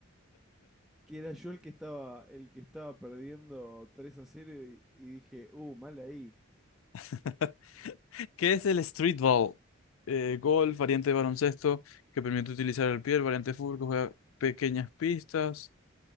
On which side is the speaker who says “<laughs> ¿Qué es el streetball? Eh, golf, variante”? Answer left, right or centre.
Left